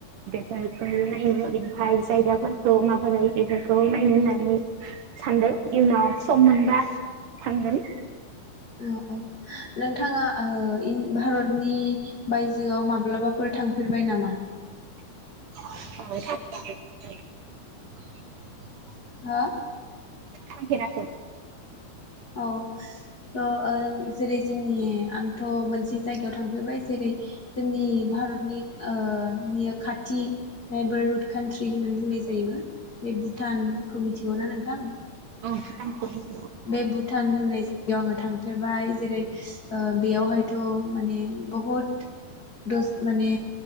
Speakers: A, on the right; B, on the left.
A: <unintelligible> ओमफाय जायगाफोरखौ माबोरै बेफोरखौ नायनो होननानै सानदो इउनाव सम मोनबा थांगोन ।
B: औ औ नोंथाङा ओ इन भारतनि बायजोआव माब्लाबाफोर थांफेरबाय नामा?
A: <unintelligible>
B: हो?
A: थांफेराखै।
B: औ स' ओ जेरै जोंनि आंथ' मोनसे जायगायाव थांफेरबाय जेरै जोंनि भारतनि ओ नियख खाथि नेबारहुड कान्ट्रि होननानै बुंनाय जायोना बे भुटानखौ मिथिगौना नोंथां?
A: <unintelligible>
B: बे भुटान होननाय बेयाव आङो थांखेरबाय जेरै ओ बेयावहाय थ' माने बहुत दस माने